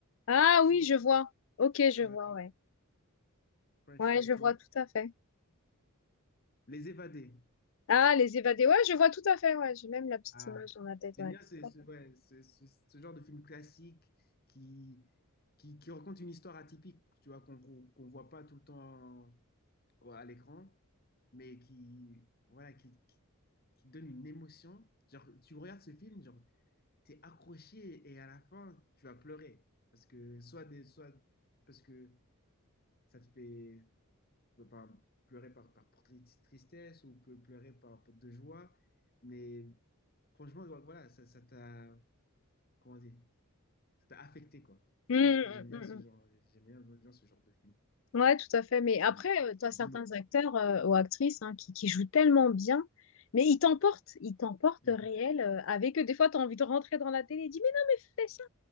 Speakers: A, on the left; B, on the left.
A: Ah
B: Show-
A: oui, je vois. Ok, je
B: euh,
A: vois, ouais.
B: French
A: Ouais,
B: title.
A: je vois tout à fait.
B: Les évadés.
A: Ah, les évadés. Ouais, je vois tout à fait, ouais. J'ai même la petite
B: Ah.
A: image dans la tête,
B: J'aime
A: ouais.
B: bien ce,
A: Tout
B: ce-
A: à fait.
B: ouais, ce, ce- ce genre de film classique qui, qui, qui raconte une histoire atypique, tu vois, qu'on qu'on voit pas tout le temps ouais, à l'écran, mais qui, voilà, qui, qui, qui donne une émotion. Genre, tu regardes ce film, genre, t'es accroché et à la fin, tu vas pleurer. Parce que, soit, des, soit parce que ça te fait enfin, pleurer par, par, par tri- tristesse ou peut pleurer par, par de joie. Mais franchement, ouais, voilà, ça, ça t'a, comment dire, ça t'a affecté, quoi.
A: Mm,
B: J'ai- Et j'aime bien
A: mm, mm,
B: ce
A: mm.
B: genre, j'aime bien, j'aime bien ce genre de film.
A: Ouais, tout à fait. Mais après,
B: Ouais.
A: tu as
B: Des
A: certains
B: films-
A: acteurs euh, ou actrices hein, qui, qui jouent tellement bien, mais ils t'emportent, ils t'emportent
B: ouais.
A: réel, euh, avec eux. Des fois, tu as envie de rentrer dans la télé et dis, mais non, mais fais ça,